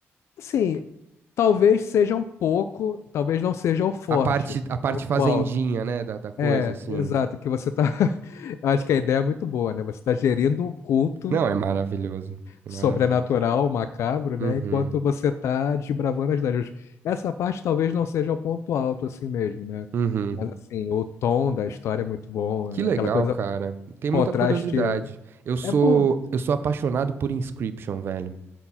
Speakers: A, on the left (about 70°); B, on the right (about 50°).
A: Assim, talvez seja um pouco, talvez não seja o forte,
B: A parte,
A: assim,
B: a parte
A: ponto
B: fazendinha,
A: alto.
B: né, da, da coisa,
A: É,
B: assim.
A: exato, que você tá. <laughs> Eu acho que a ideia é muito boa, né? Você tá gerindo um culto
B: Não, é maravilhoso. É
A: sobrenatural,
B: maravilhoso.
A: macabro,
B: Uhum,
A: né? Enquanto você tá desbravando as dungeons. Essa parte talvez não seja o ponto alto assim mesmo, né?
B: uhum.
A: Mas assim, o tom da história é muito bom,
B: Que
A: né?
B: legal,
A: aquela coisa,
B: cara. Tem muita
A: contraste
B: curiosidade. Eu sou,
A: é bom.
B: eu sou apaixonado por Inscription, velho.